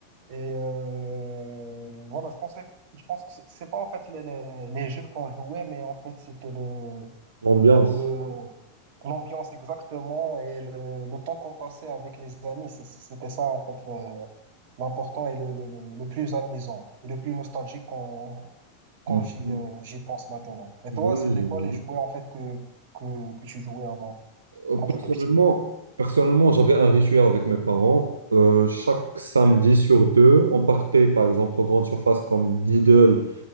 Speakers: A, on the right (about 50°); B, on the right (about 70°).
A: Et euh, voilà, je pensais, je pense que c'est c'est pas en fait les, les, les jeux qu'on jouait, mais en fait c'était le,
B: L'ambiance.
A: le, l'ambiance exactement et le, le temps qu'on passait avec les amis. C'est- C'était ça, en fait, le- l'important et le, le, le le plus amusant et le plus nostalgique quand, quand
B: Mhm.
A: j'y, euh, j'y pense maintenant. Et
B: Oui,
A: toi,
B: je-
A: c'était
B: je-
A: quoi les jouets, en fait, que, que, que tu jouais avant,
B: Euh, Personnellement,
A: quand tu étais petit?
B: personnellement, j'avais un rituel avec mes parents. Euh, chaque samedi sur deux, on partait par exemple aux grandes surfaces comme Lidl